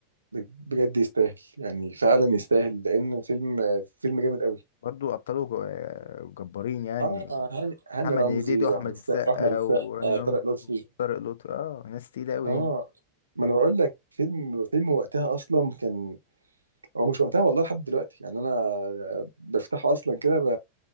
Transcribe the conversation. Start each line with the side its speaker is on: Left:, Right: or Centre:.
Right: ب- بجد يستاهل يعني فعلا يستاهل لان فيلم فيلم جامد قوي
Left: برضو أبطاله جو- جبارين يعني
Right: اه هاني هاني
Left: محمد
Right: رمزي
Left: هنيدي وأحمد
Right: واحمد السقا
Left: السقا
Right: واحمد السقا
Left: وراني
Right: آه،
Left: رمزي
Right: طارق لطفي
Left: وطارق لطفي اه ناس تقيلة أوي
Right: اه
Left: يعني
Right: ما انا بقول لك فيلم فيلم وقتها اصلا كان هو مش وقتها والله لحد دلوقتي يعني انا بفتحه اصلا كده ب...